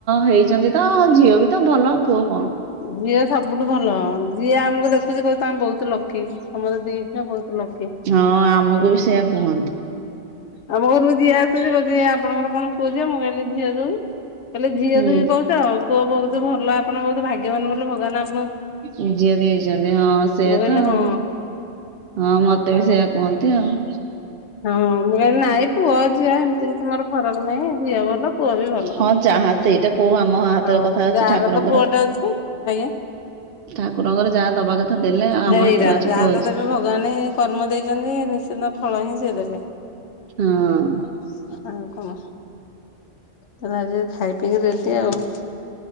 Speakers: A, on the right (about 60°); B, on the left (about 75°).
A: ହେଇଛନ୍ତି ତ ଝିଅ ବି ତ ଭଲ ପୁଅ କଣ।
B: ଝିଅ ସବୁଠୁ ଭଲ ଝିଅ ଆମକୁ ଦେଖୁଛି କହୁଚି ତମେ ବହୁତ ଲକି। ଆମର ଦିଝିଅ ବହୁତ ଲକି
A: ହଁ ଆମକୁ ବି ସେଇଆ କୁହନ୍ତି।
B: ଆମ ଘରକୁ ଯିଏ ଆ କୋହୁଛି କୋଛି ଆପଣଙ୍କର କଣ ପୁଅଝିଅ ମୁଁ କହିଲି ଝିଅ ଦୁଇ କହିଲେ ଝିଅ
A: ହୁଁ
B: ଦୁଇ କହୁଛ ଆଉ କୁହ ବହୁତ ଭଲ ଆପଣ ବହୁତ ଭାଗ୍ୟବାନ ବୋଲି ଭଗବାନ ଆପଣ
A: ଝିଅ ଦେଇ ଦେଇଛନ୍ତି ହଁ ସେଇଆ
B: ମୁଁ କହିଲି
A: ତ ଆଉ।
B: ହଁ
A: ହଁ ମତେ
B: ଆଉ
A: ବି ସେଇଆ କୁହନ୍ତି ଆଉ।
B: ହଁ ମୁଁ କହିଲି ନାଇଁ ପୁଅ ଝିଅ ଏମିତି କିଛି ମୋର ଫରକ ନାହିଁ ଝିଅ ଭଲ ପୁଅ ବି ଭଲ।
A: ହଁ ଯାହା ସେଇଟା କୋହୁ ଆମ ହାତରେ
B: ହଁ
A: କଥା ଅଛି
B: ଯାହାର
A: ଠାକୁରଙ୍କର
B: ତ ପୁଅଟେ ଅଛି ଆଜ୍ଞା
A: ଠାକୁରଙ୍କର ଯାହା ଦବା କଥା ଦେଲେ ଆମ
B: ହେଇରା
A: ହାତରେ ଅଛି
B: ଯାହା
A: ପୁଅ
B: ତ
A: ଅଛି।
B: ଦେବେ ଭଗବାନ ହେ କର୍ମ ଦେଇଛନ୍ତି ନିଶ୍ଚିନ୍ତ ଫଳ ହିଁ ସେ ଦେବେ।
A: ହଁ।
B: <unintelligible> ତାହଲେ ଆଜି ଖାଇ ପିଇକି ରେଡି ଆଉ?